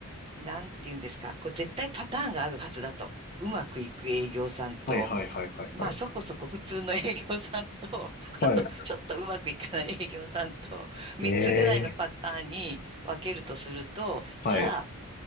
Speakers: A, on the right; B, on the left.
A: なんて言うんですか、こう絶対パターンがあるはずだと。うまくいく営業さんと、
B: はい、はい、はい、はい、
A: まあそこそこ普通の営業さんと、
B: はい。はい。
A: あとちょっとうまくいかない営業さんと、3つぐらいのパターンに分けるとすると、
B: ええ、はい。
A: じゃあ、